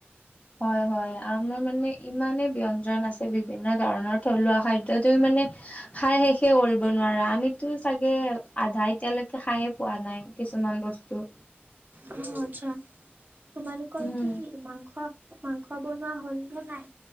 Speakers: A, on the left; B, on the right.
A: হয়, হয়, আমাৰ মানে ইমানে ব্য আছে বিভিন্ন ধৰণৰ থলুৱা খাদ্যয় তুমি মানে খাই শেষে কৰিব নোৱাৰা আমি টো চাগে আধা এতিয়ালৈকে খাইয়ে পোৱা নাই কিছুমান বস্তু
B: অ', আচ্ছা তোমালোকৰ
A: উম
B: কি মাংস মাংস বনোৱা হল নে নাই?